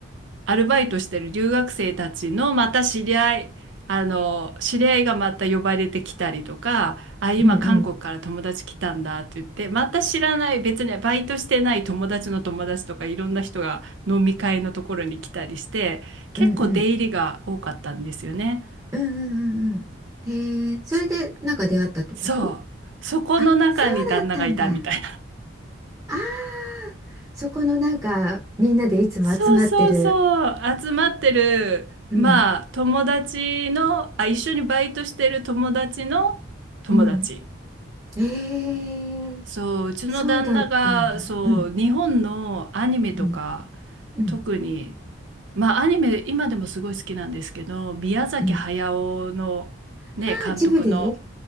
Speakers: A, on the right (about 60°); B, on the right (about 15°).
A: アルバイトしてる留学生たちのまた知り合い、あの、知り合いがまた呼ばれてきたりとか、あ、今韓国から友達来たんだって言って、
B: うんうん
A: また知らない、別にねバイトしてない友達の友達とかいろんな人が飲み会のところに来たりして、結構出入りが多かったんですよね。
B: うんうん。うんうんうんうん。へえ、それでなんか出会ったってこと
A: そそう。そこの中に旦那がいたみたい
B: あ、そうだったんだ。ああ、そこのなんかみんなでいつも集まってる。
A: そうそうそう、集まってる、
B: うん、
A: まあ、友達の、あ、一緒にバイトしてる友達の友達。
B: うん。へえ、
A: そう、うちの旦那が、
B: そうだったんだ。
A: そう、
B: うん、
A: 日本のアニメとか、
B: うん、うん、
A: 特に、まあ、アニメ、今でもすごい好きなんですけど、宮崎駿の、
B: うん。ああ、
A: ね、監督の、
B: ジブリ